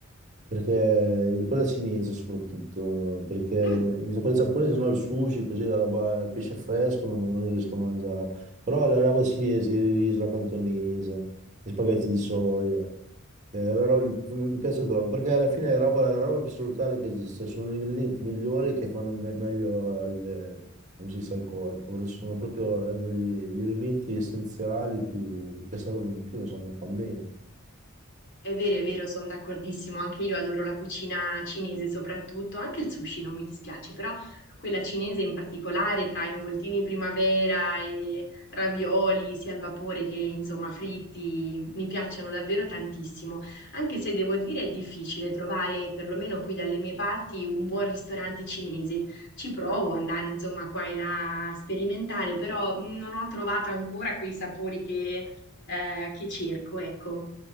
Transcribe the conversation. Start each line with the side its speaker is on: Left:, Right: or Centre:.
Right: perché quella cinese soprattutto, perché
Left: mm.
Right: quella giapponese no, il sushi, così la roba, il pesce fresco, no, ma non riesco a mangiare. Però la roba cinese, il riso, la cantonese, gli spaghetti di soia, eh, la roba- mi piace troppo, perché alla fine è roba, la roba più salutare che esiste, sono gli ingredienti migliori che fanno me- meglio al, come si dice, al corpo, perché sono proprio hanno gli, gli elementi essenziali più, che servono di più, insomma, fa bene.
Left: È vero, è vero, sono d'accordissimo, anche io adoro la cucina cinese soprattutto, anche il sushi non mi dispiace, però quella cinese in particolare tra involtini in primavera e ravioli sia al vapore che insomma fritti, mi piacciono davvero tantissimo, anche se devo dire è difficile trovare, perlomeno qui dalle mie parti, un buon ristorante cinese. Ci provo ad andare insomma qua e là a sperimentare, però non ho trovato ancora quei sapori che eh, che cerco, ecco.